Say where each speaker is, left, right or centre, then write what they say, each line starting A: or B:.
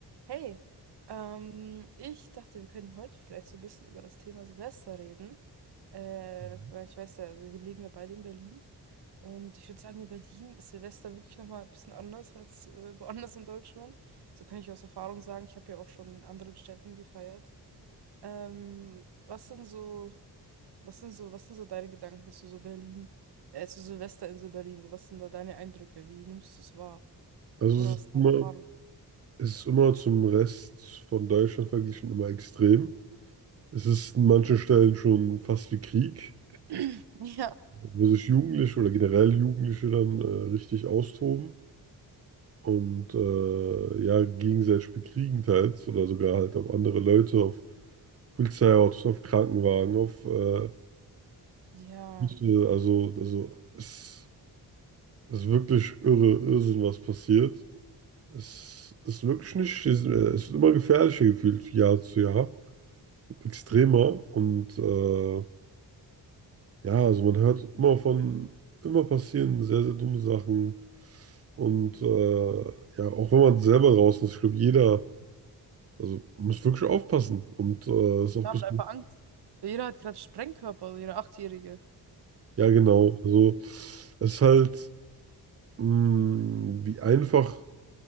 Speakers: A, on the right (about 70°); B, on the right (about 35°).
A: Hey, ähm, ich dachte, wir könnten heute vielleicht so ein bisschen über das Thema Silvester reden. Äh,
B: Mhm.
A: weil ich weiß ja, also wir leben ja beide in Berlin. Und ich würde sagen, in Berlin ist Silvester wirklich nochmal ein bisschen anders als äh, woanders in Deutschland. So kann ich aus Erfahrung sagen, ich habe ja auch schon in anderen Städten gefeiert. Ähm, was sind so, was sind so, was sind so deine Gedanken zu so Berlin, äh, zu Silvester in so Berlin? So, was sind da deine Eindrücke? Wie nimmst du es wahr?
B: Also
A: Oder
B: es
A: was
B: ist
A: ist
B: immer,
A: deine Erfahrung?
B: es ist immer zum Rest von Deutschland verglichen immer extrem. Es ist an manchen Stellen schon fast wie Krieg,
A: <clears throat> Ja.
B: wo sich Jugendliche oder generell Jugendliche dann äh, richtig austoben und äh, ja, gegenseitig bekriegen teils oder sogar halt auf andere Leute, auf Polizeiautos, auf Krankenwagen, auf äh,
A: Ja.
B: Busse. also, also es ist wirklich irre, Irrsinn, was passiert. Es ist wirklich nicht, es ist immer gefährlicher gefühlt, Jahr zu Jahr, extremer und äh, ja, also man hört immer von, immer passieren sehr, sehr dumme Sachen und äh, ja, auch wenn man selber draußen ist, ich glaube, jeder, also man muss wirklich aufpassen und äh, ist auch
A: Wir
B: ein bisschen,
A: haben einfach Angst. Jeder hat gerade Sprengkörper, also jeder Achtjährige.
B: ja genau,
A: Also,
B: also es ist halt, mh, wie einfach